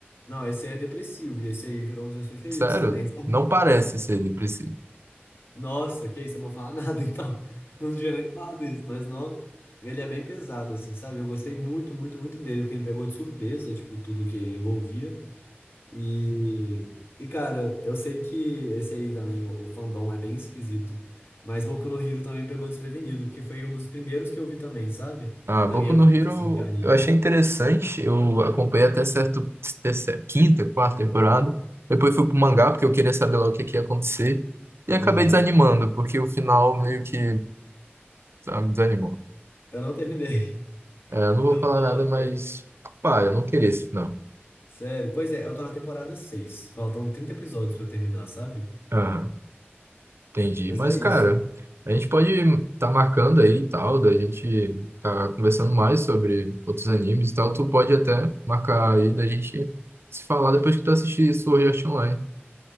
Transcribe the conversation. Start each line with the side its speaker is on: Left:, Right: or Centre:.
Left: Não, esse aí é depressivo. E esse aí virou um dos meus preferidos
Right: Sério?
Left: também. <laughs>
Right: Não parece ser impressivo.
Left: Nossa, que isso, eu não vou falar nada, <laughs> então. Não devia nem ter falado isso, mas não. Ele é bem pesado, assim, sabe? Eu gostei muito, muito, muito dele, porque ele me pegou de surpresa, tipo, tudo que ele envolvia. E, e cara, eu sei que esse aí também, o, o fandom, é bem esquisito. Mas Boku no Hero também pegou desprevenido, porque foi um dos primeiros que eu vi também, sabe?
Right: Ah,
Left: Na
Right: Boku
Left: minha
Right: no
Left: fase,
Right: Hero
Left: assim, de anime.
Right: eu achei interessante, eu acompanhei até certo, até cer- quinta, quarta temporada. Depois fui pro mangá porque eu queria saber lá o que, que ia acontecer. E acabei
Left: Aham.
Right: desanimando, porque o final meio que sabe, me desanimou.
Left: Eu não terminei. <laughs>
Right: É, eu não vou
Left: Eu
Right: falar
Left: tô.
Right: nada, mas
Left: é,
Right: pá, eu não queria esse final.
Left: sério. Pois é, eu tô na temporada seis, Faltam 30 episódios pra eu terminar, sabe?
Right: Aham, entendi.
Left: Mas
Right: Mas,
Left: é
Right: cara,
Left: isso.
Right: a gente pode tá marcando aí e tal, da gente tá conversando mais sobre outros animes e tal. Tu pode até marcar aí da gente se falar depois que tu assistir Sword Art Online.